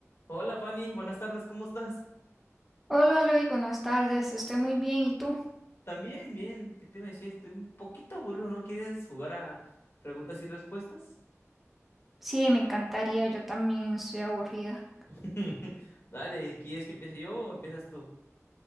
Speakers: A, on the left; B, in the centre.
A: Hola Fanny, buenas tardes, ¿cómo estás?
B: Hola Luis, buenas tardes, estoy muy bien, ¿y tú?
A: También, bien, ¿qué te iba a decir? Estoy un poquito aburrido, ¿no quieres jugar a preguntas y respuestas?
B: Sí, me encantaría, yo también estoy aburrida.
A: <laughs> Dale, ¿quieres que empiece yo o empiezas tú?